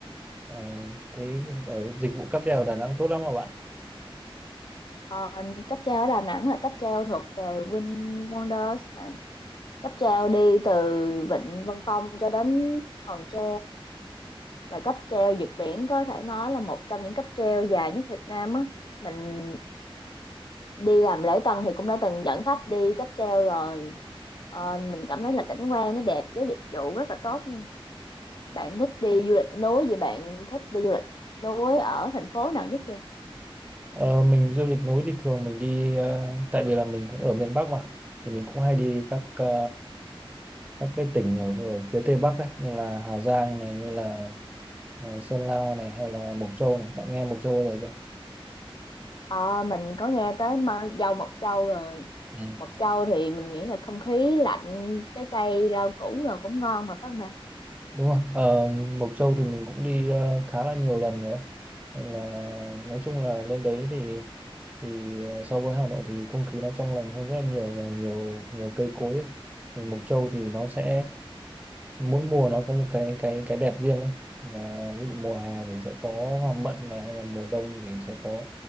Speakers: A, on the right; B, on the left.
A: Ờ, thấy ở dịch vụ cáp treo ở Đà Nẵng tốt lắm mà bạn
B: Ờ, cáp treo ở Đà Nẵng là cáp treo thuộc về Win Wonders mà cáp treo đi từ Vịnh Vân Phong cho đến Hòn Tre là cáp treo vượt biển có thể nói là một trong những cáp treo dài nhất Việt Nam á mình đi làm lễ tân thì cũng đã từng dẫn khách đi cáp treo rồi Ờ, mình cảm thấy là cảnh quan nó đẹp với dịch vụ rất là tốt bạn thích đi du lịch núi vậy bạn thích đi du lịch núi ở thành phố nào nhất kia
A: ờ, mình du lịch núi thì thường mình đi ờ, tại vì là mình cũng ở miền Bắc mà thì mình cũng hay đi các ờ, các cái tỉnh ở, ở phía Tây Bắc ấy như là Hà Giang này như là ờ, Sơn La này hay là Mộc Châu này bạn nghe Mộc Châu bao giờ chưa
B: Ờ, mình có nghe tới Ma- dâu Mộc Châu rồi
A: ừ.
B: Mộc Châu thì mình nghĩ là không khí lạnh trái cây rau củ rồi cũng ngon mà phải không bạn
A: đúng rồi ờ, Mộc Châu thì mình cũng đi ờ, khá là nhiều lần rồi ấy. Nên là nói chung là lên đấy thì thì ờ, so với Hà Nội thì không khí nó trong lành hơn rất là nhiều và nhiều nhiều cây cối ấy. Thì Mộc Châu thì nó sẽ mỗi mùa nó có một cái cái cái đẹp riêng ấy. Là ví dụ mùa hè thì sẽ có hoa mận này hay là mùa đông thì sẽ có